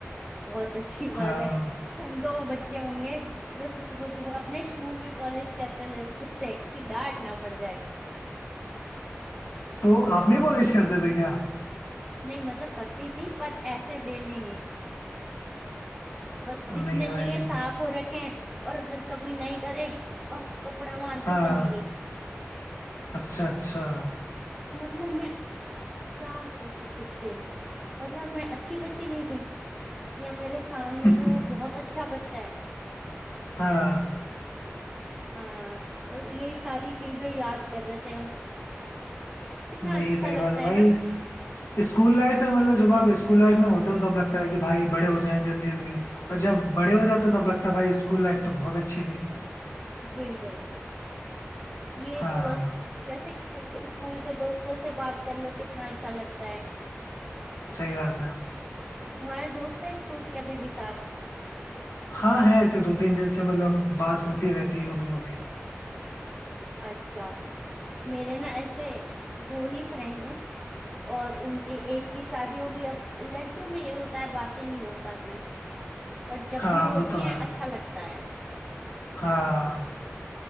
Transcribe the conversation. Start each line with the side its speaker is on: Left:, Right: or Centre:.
Centre: बहुत अच्छी बात
Left: हाँ
Centre: है तुम तो वो बच्चे होंगे जो सुबह सुबह अपने शू भी पॉलिश करते ले खुद से कि डांट ना पड़ जाए
Left: तो आप नहीं पॉलिश करते थे क्या
Centre: नहीं मतलब करती थी पर ऐसे डेली नहीं बस दिखने
Left: नहीं भाई
Centre: चाहिए साफ हो रखे हैं और अगर कभी नहीं करे बस कपड़ा मार
Left: हाँ
Centre: के चली गई
Left: अच्छा अच्छा
Centre: तो मतलब मैं क्या सोचू खुद के लिए मतलब मैं अच्छी बच्ची नहीं थी या मेरे सामने
Left: <laughs>
Centre: जो बहुत अच्छा बच्चा है
Left: हाँ
Centre: हाँ बस यही सारी चीजें याद कर रहे थे हम कितना
Left: नहीं
Centre: अच्छा
Left: सही
Centre: लगता
Left: बात है
Centre: है
Left: भाई
Centre: ना
Left: इस- स्कूल लाइफ में मतलब जब आप स्कूल लाइफ में होते हो तब लगता है कि भाई बड़े हो जाएं जल्दी जल्दी और जब बड़े हो जाते हो तब लगता है भाई स्कूल लाइफ तो बहुत अच्छी थी
Centre: बिल्कुल ये
Left: हाँ
Centre: तो बस जैसे कुछ स्कूल के दोस्तों से बात कर लो कितना अच्छा लगता है
Left: सही बात है
Centre: तुम्हारे दोस्त है स्कूल के अभी भी साथ
Left: हाँ है ऐसे दो तीन दिन से मतलब बात होती रहती है कभी कभी
Centre: अच्छा मेरे ना ऐसे दो ही फ्रेंड हैं और उनके एक की शादी हो गई अब लड़कियों में ये होता है बातें नहीं हो पाती बट जब
Left: हाँ
Centre: भी होती
Left: वो तो
Centre: हैं
Left: है
Centre: अच्छा लगता है
Left: हाँ